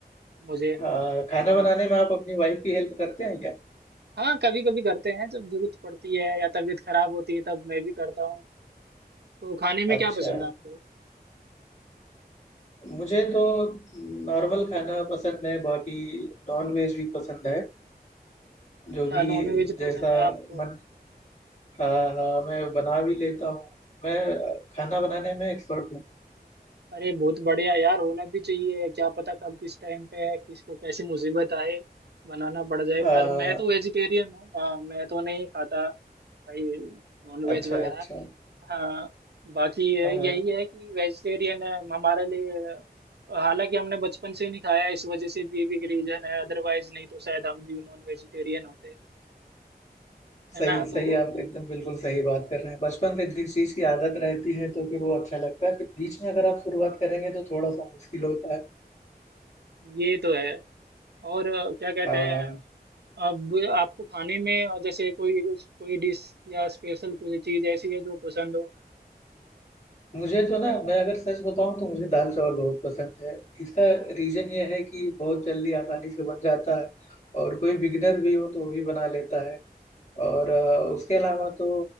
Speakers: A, on the right (about 80°); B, on the left (about 45°).
A: मुझे
B: हाँ खाना
A: आ,
B: बनाने में आप अपनी वाइफ की हेल्प करते हैं क्या
A: हाँ कभी कभी करते हैं जब जरूरत पड़ती है या तबीयत खराब होती है तब मैं भी करता हूँ तो खाने में
B: अच्छा
A: क्या पसंद है आपको
B: मुझे तो नॉर्मल खाना पसंद है बाकी नॉन वेज भी पसंद है
A: अच्छा
B: जो भी
A: नॉन वेज
B: जैसा
A: पसंद है आपको
B: मन हाँ हाँ मैं बना भी लेता हूँ मैं खाना बनाने में एक्सपर्ट हूँ
A: अरे बहुत बढ़िया यार होना भी चाहिए क्या पता कब किस टाइम पे है किसको कैसी मुसीबत आए बनाना पड़ जाए
B: हाँ
A: पर मैं तो वेजिटेरियन हूँ हाँ मैं तो नहीं खाता भाई नॉन वेज
B: अच्छा
A: वगैरह
B: अच्छा
A: हाँ बाकी ये
B: हाँ
A: यही है कि वेजिटेरियन है हमारे लिए हालांकि हमने बचपन से नहीं खाया इस वजह से भी ये भी एक रीजन है अदरवाइज नहीं तो शायद हम भी नॉन वेजिटेरियन होते है
B: सही
A: ना
B: सही
A: तो
B: आप एकदम बिल्कुल सही बात कर रहे हैं बचपन से जिस चीज की आदत रहती है तो फिर वो अच्छा लगता है फिर बीच में अगर आप शुरुआत करेंगे तो थोड़ा सा मुश्किल होता है
A: ये तो है और अ, क्या कहते
B: हाँ
A: हैं अब आपको खाने में अ, जैसे कोई उस- कोई डिश या स्पेशल कोई चीज ऐसी है जो पसंद हो
B: मुझे तो ना मैं अगर सच बताऊं तो मुझे दाल चावल बहुत पसंद है इसका रीजन ये है कि बहुत जल्दी आसानी से बन जाता है और कोई बिगनर भी हो तो वो भी बना लेता है और अ, उसके अलावा तो